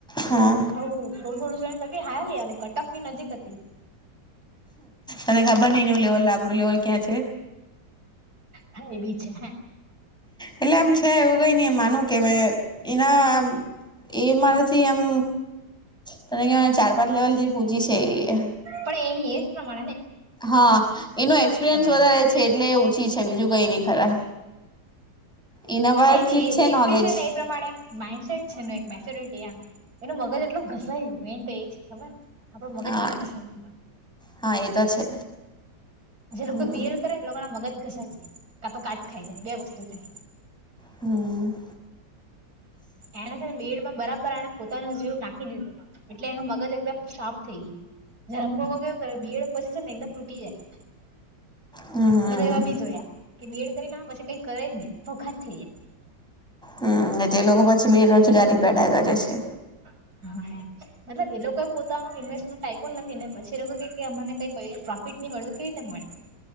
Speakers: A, in the centre; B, on the right.
A: હા
B: હઉ. થોડું થોડું જણ ત બી હયાલી કટકની નજીક હતી.
A: અને ખબર નઈ નું લેવલ આપડું લેવલ ક્યાં છે.
B: હા એ બી છે હ.
A: એટલે એમ છે એવું કઈ ની માનું. કે ઈના આમ એ મારાથી એમ. તને કે ચાર પાંચ લેવલ જે કૂજી છે એ.
B: પણ એની એ પ્રમા.
A: હા એનું એક્સપિરિયન્સ
B: પ્રમાણે
A: વધારે છે એટલે ઓછી છે બીજું કઈ નહી ખરા. એના
B: એટલે
A: પર
B: એની
A: ચીજ નોલેજ
B: એજ બી છે ને એ પ્રમાણે માઈન્ડસેટ છે એક મેચ્યોરિટી આમ. એનું મગજ એટલું ઘસાઈ મેન તો એ છે ખબર આપડું મગજ
A: હા
B: ની ઘસાયુ
A: હા એ તો છે
B: જે લોકો
A: હમ
B: બીએડ કરે એ લોકોના મગજ ઘસાઈ જાય. કા તો કાટ ખાઈ જાય બે વસ્તુ થાય.
A: હમ
B: એને છે ને બીએડમાં બરાબર આને પોતાનો જીવ નાખી દીધે લો એટલે એનું મગજ એકદમ શાર્પ થય. હમ્મ જેમ લોકો કેવું કરે બીએડ પછી છે ને એકદમ તૂટી જાય,
A: હમ
B: મે તો એવા બી જોયા કે બીએડ ના પછી કઈ કરે જ ની વોખાત થઈ જાય,
A: હમ્મ તે લોકો પછી બેરોજગારી પેદા કરે છે.
B: જાય હા મતલબ એ લોકો એ પોતાનું ઇન્વેસ્ટમેન્ટ આઈપ્યું નથી, ને પછી એ લોકો કે અમને કઈ મયલું પ્રોફિટ મઇડું તો કે રીતે મળે?